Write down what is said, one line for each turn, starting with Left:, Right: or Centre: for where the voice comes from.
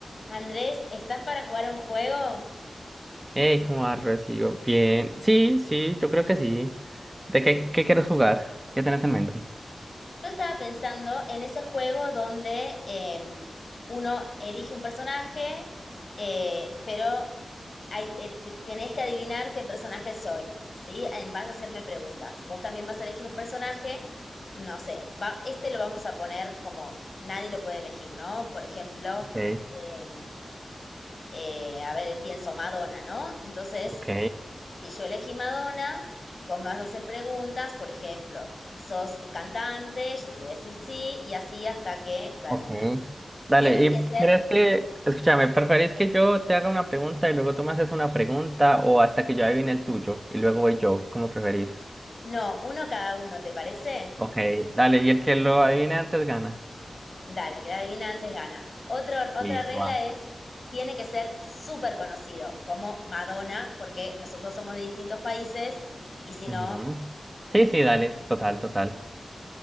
Left: Andrés, ¿estás para jugar a un juego?
Right: Hey, ¿cómo vas, Rocío? Bien. Sí, sí, yo creo que sí. ¿De qué, qué quieres jugar? ¿Qué tenés en mente?
Left: Yo estaba pensando en ese juego donde eh, uno elige un personaje, eh, pero hay- eh, te- tenés que adivinar qué personaje soy, ¿sí? En- Vas a hacerme preguntas. Vos también vas a elegir un personaje, no sé, va- este lo vamos a poner como que nadie lo puede elegir, ¿no? Por ejemplo,
Right: Ok,
Left: eh, eh, a ver, pienso Madonna, ¿no? Entonces,
Right: ok,
Left: Si yo elegí Madonna, vos me vas a hacer preguntas, por ejemplo, ¿sos eh, cantante? Yo te voy a decir sí, y así hasta que lo adivinemos.
Right: ok. Dale,
Left: Tienen que
Right: ¿y
Left: ser,
Right: crees que, escúchame, preferís que yo te haga una pregunta y luego tú me haces una pregunta o hasta que yo adivine el tuyo y luego voy yo, como preferís?
Left: no, uno cada uno, ¿te parece?
Right: Ok, dale, y el que lo adivine antes gana.
Left: Dale, que la adivina antes gana. Otro, otra
Right: Listo,
Left: regla
Right: va.
Left: es, tiene que ser súper conocido, como Madonna, porque nosotros somos de distintos países, y si no,
Right: Ujú. Sí, sí, dale, total, total.